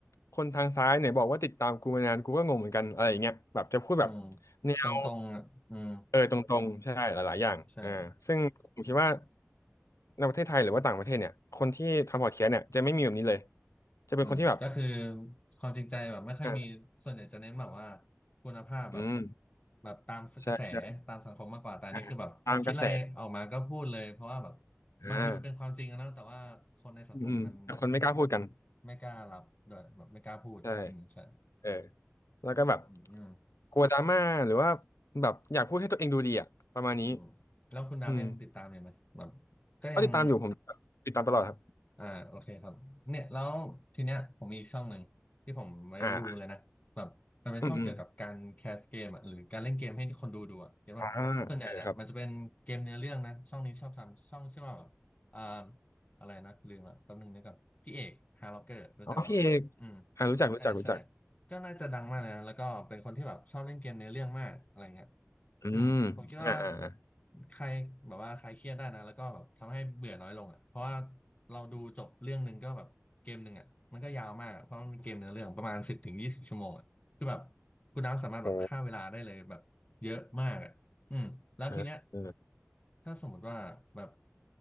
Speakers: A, on the left (about 80°); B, on the left (about 30°).
A: คนทางซ้ายไหนบอกว่าติดตามกูมานานกูก็งงเหมือนกันอะไรอย่างเงี้ยแบบจะพูดแบบ
B: อืม
A: แนว
B: ตรงตรงอ่ะอืม
A: เออตรงๆใช่หลายๆอย่างอ่าซึ่งผมคิดว่า
B: ใช่
A: ในประเทศไทยหรือว่าต่างประเทศเนี่ยคนที่ทำพอดแคสต์เนี่ยจะไม่มีแบบนี้เลยจะเป็นคนที่แบบ
B: อืมก็คือความจริงใจแบบไม่ค่อยมีส่วนใหญ่จะเน้นแบบว่า
A: อ่า
B: คุณภาพแบบ
A: อืม
B: แบบตามกระแสตามสังคมมากกว่า
A: ใช่ใช่
B: แต่อันนี้คือแบบคิดอะไรออกมาก็พูดเลย
A: อ่าตามกระแส
B: เพราะว่าแบบ
A: อ่า
B: บางทีมันเป็นความจริงอะนะแต่ว่าคนในสังคมมัน
A: อืมแต่คนไม่กล้าพูดกัน
B: แบบไม่กล้ารับด้วยแบบไม่กล้าพูดอืมใช่
A: ใช่เออแล้วก็แบบ
B: อืมอืม
A: กลัวดราม่าหรือว่าแบบอยากพูดให้ตัวเองดูดีอ่ะประมาณนี้
B: อืมแล้วคุณดับยังติดตามอยู่ไหมแบบ
A: อืม
B: ก็ยัง
A: ก็ติดตามอยู่ผมติดตามตลอดครับ
B: อ่าโอเคครับเนี่ยแล้วทีเนี้ยผมมีอีกช่องหนึ่งที่ผมไม่ดูเลยนะแบบมันเป็นช่องเกี่ยวกับการแคสเกมอ่ะหรือการเล่นเกมให้คนดูดูอ่ะเห็นป่ะส่วนใหญ่เนี่ยมันจะเป็นเกมเนื้อเรื่องนะช่องนี้ชอบทำช่องชื่อว่าแบบอ่า
A: อ่าอืมอืมอ่าเออครับ
B: อะไรนะลืมอ่ะแป๊บนึงนึกก่อนพี่เอกฮาร์ล็อกเกอร์รู้จักไหม
A: อ๋อพี่เอก
B: อืม
A: อ่ารู้จักรู้จักรู้จัก
B: ใช่ใช่ก็น่าจะดังมากเลยนะแล้วก็เป็นคนที่แบบชอบเล่นเกมเนื้อเรื่องมากอะไรเงี้ย
A: อืมอ่าอ่าอ่า
B: อืมผมคิดว่าใครแบบว่าใครเครียดได้นะแล้วก็แบบทำให้เบื่อน้อยลงอ่ะเพราะว่าเราดูจบเรื่องหนึ่งก็แบบเกมหนึ่งอ่ะมันก็ยาวมากอะเพราะมันเป็นเกมเนื้อเรื่องประมาณสิบถึงยี่สิบชั่วโมงอ่ะคือแบบคุณน้ำสามารถแบบฆ่าเวลาได้เลยแบบเยอะมากอ่ะ
A: โห
B: อืมแล้วทีเนี้ย
A: เออเออ
B: ถ้าสมมติว่าแบบ